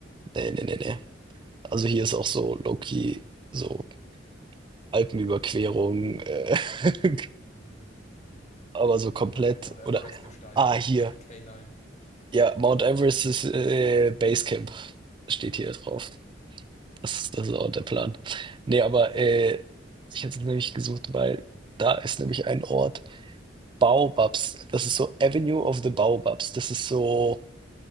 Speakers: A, on the right; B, on the left.
A: Nee, nee, nee, nee.
B: Ja.
A: Also hier ist auch so low-key, so Alpenüberquerung, äh, <laughs>
B: Mhm.
A: aber so komplett
B: Mount Everest
A: oder
B: besteigen.
A: ah, hier.
B: <laughs> K9.
A: Ja, Mount Everest
B: Oder K.
A: ist äh, Basecamp, steht hier drauf. Das, das ist auch der Plan. Nee, aber
B: Das ist
A: äh,
B: heavy.
A: ich hätte es nämlich gesucht, weil da ist nämlich ein Ort, Baobabs. Das ist so Avenue of the Baobabs. Das ist so